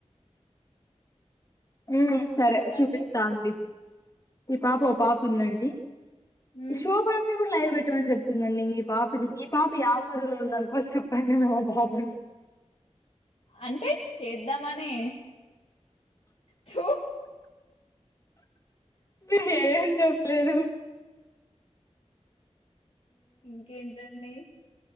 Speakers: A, on the left; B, on the left.
A: హ్మ్ సరే
B: ఎందుకండి
A: చూపిస్తా అండి ఈ పాప ఓ పాప ఉందండి
B: మ్మ్
A: షోబణం కూడ లైవ్ పెట్టమని చెప్తుందండి మీ పాపది మీ పాప యాకాలం లో ఉందనుకోసి చెప్పండి మేము ఆ పాపని
B: అంటే చేద్దామనే తు
A: నేన్ ఏం చేప్లేదు
B: ఇంకెంటన్డీ